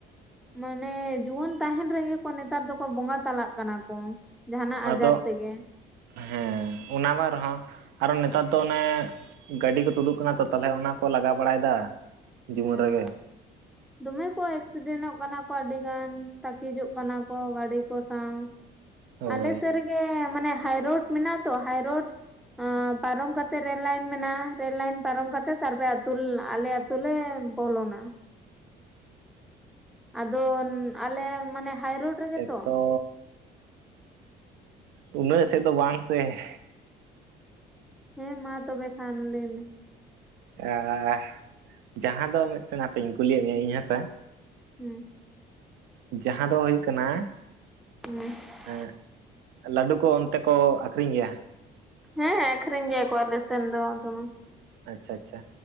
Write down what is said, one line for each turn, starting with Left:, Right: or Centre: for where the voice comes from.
Centre: ᱢᱟᱱᱮ ᱡᱩᱣᱟᱹᱱ ᱛᱟᱦᱮᱱ ᱨᱮᱜᱮ ᱠᱚ ᱱᱮᱛᱟᱨ ᱫᱚᱠᱚ ᱵᱚᱸᱜᱟ ᱛᱟᱞᱟᱜ ᱠᱟᱱᱟ ᱠᱚ ᱾ ᱡᱟᱦᱟᱱᱟᱜ ᱟᱡᱟᱨ
Right: ᱟᱫᱚ
Centre: ᱛᱮᱜᱮ ᱾
Right: ᱦᱮᱸ ᱚᱱᱟ ᱢᱟ ᱨᱮᱦᱚᱸ ᱟᱨᱚ ᱱᱮᱛᱟᱨ ᱫᱚ ᱚᱱᱮ ᱜᱟᱹᱰᱤ ᱠᱚ ᱛᱩᱫᱩᱜ ᱠᱟᱱᱟ ᱛᱚ ᱛᱟᱦᱚᱞᱮ ᱚᱱᱟᱠᱚ ᱞᱟᱜᱟ ᱵᱟᱲᱟᱭᱮᱫᱟ ᱡᱤᱵᱚᱱ
Centre: ᱦᱩᱸ
Right: ᱨᱮᱜᱮ
Centre: ᱦᱩᱸ
Right: ᱾
Centre: ᱫᱚᱢᱮ ᱠᱚ ᱮᱠᱥᱤᱰᱮᱱᱚᱜ ᱠᱟᱱᱟ ᱠᱚ ᱟᱹᱰᱤ ᱜᱟᱱ ᱛᱟᱠᱤᱡᱚᱜ ᱠᱟᱱᱟ ᱠᱚ ᱜᱟᱹᱰᱤ ᱠᱚ ᱥᱟᱶ ᱾
Right: ᱦᱳᱭ
Centre: ᱟᱞᱮ ᱥᱮᱫ ᱨᱮᱜᱮ ᱢᱟᱱᱮ ᱦᱟᱭᱨᱳᱰ ᱢᱮᱱᱟᱜ ᱛᱚ ᱦᱟᱭᱨᱳᱰ ᱟᱸ ᱯᱟᱨᱚᱢ ᱠᱟᱛᱮᱜ ᱨᱮᱞ ᱞᱟᱭᱤᱱ ᱢᱮᱱᱟᱜᱼᱟ ᱨᱮᱞ ᱞᱟᱭᱤᱱ ᱯᱟᱨᱚᱢ ᱠᱟᱛᱮᱜ ᱛᱟᱨᱯᱚᱨᱮ ᱟᱛᱩ ᱟᱞᱮ ᱟᱛᱩ ᱞᱮ ᱵᱚᱞᱚᱱᱟ ᱾ ᱟᱫᱚ ᱟᱞᱮ ᱢᱟᱱᱮ ᱦᱟᱭᱨᱳᱰ ᱨᱮᱜᱮ
Right: ᱮᱛᱚ
Centre: ᱛᱚ ᱾
Right: ᱩᱱᱟᱹᱜ ᱥᱮᱫ ᱫᱚ ᱵᱟᱝ ᱥᱮ ᱾
Centre: ᱦᱮᱸ ᱢᱟ ᱛᱚᱵᱮ ᱠᱷᱟᱱ ᱞᱟᱹᱭ ᱢᱮ ᱾
Right: ᱟᱸ ᱡᱟᱦᱟᱸ ᱫᱚ ᱢᱤᱫᱴᱮᱱ ᱦᱟᱯᱮᱧ ᱠᱩᱞᱤᱭᱮᱫ ᱢᱮᱭᱟ ᱤᱧ ᱦᱮᱸᱥᱮ ᱾
Centre: ᱦᱩᱸ ᱾
Right: ᱡᱟᱦᱟᱸ ᱫᱚ ᱦᱩᱭᱩᱜ ᱠᱟᱱᱟ
Centre: <unintelligible>
Right: ᱮᱸᱜ ᱞᱟᱹᱰᱩ ᱠᱚ ᱚᱱᱛᱮ ᱠᱚ ᱟᱠᱷᱨᱤᱧ ᱜᱮᱭᱟ?
Centre: ᱦᱮᱸ ᱟᱠᱠᱷᱨᱤᱧ ᱜᱮᱭᱟ ᱠᱚ ᱟᱞᱮ ᱥᱮᱱ ᱫᱚ ᱫᱚᱢᱮ ᱾
Right: ᱟᱪᱪᱷᱟ ᱟᱪᱪᱷᱟ,